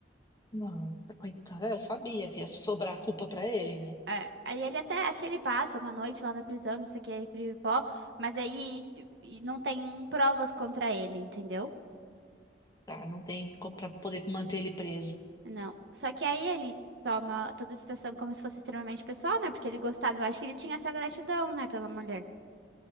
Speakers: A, on the left; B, on the right.
A: nossa, coitada. Eu sabia que ia sobrar a culpa pra ele, né?
B: É, aí ele até, acho que ele passa uma noite lá na prisão, não sei o que, aí pó, mas aí e não tem provas contra ele, entendeu?
A: Tá, não tem como pra poder manter ele preso.
B: Não. Só que aí ele toma toda a situação como se fosse extremamente pessoal, né? Porque ele gostava, eu acho que ele tinha essa gratidão, né, pela mulher.